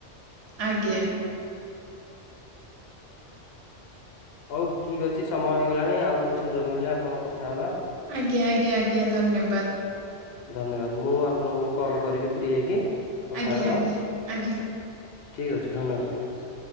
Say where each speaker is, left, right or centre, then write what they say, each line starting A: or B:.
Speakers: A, on the right (about 75°); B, on the left (about 65°).
A: ଆଜ୍ଞା।
B: ହଉ ଠିକ ଅଛି ସମୟ ହେଇଗଲାଣି ଆଉ ଥରେ ସୁଯୋଗ ମିଳିଲେ ଆପଣଙ୍କ କଥା ହେବା।
A: ଆଜ୍ଞା ଆଜ୍ଞା ଆଜ୍ଞା ଧନ୍ୟବାଦ।
B: ଧନ୍ୟବାଦ ମୁଁ ଆପଣଙ୍କୁ ବି କଲ୍ କରିବି ଫ୍ରି ହେଇକି। କଥା
A: ଆଜ୍ଞା
B: ହେବା
A: ଆଜ୍ଞା
B: ଆଉ
A: ଆଜ୍ଞା।
B: ଠିକ ଅଛି ଧନ୍ୟବାଦ ଆଜ୍ଞା।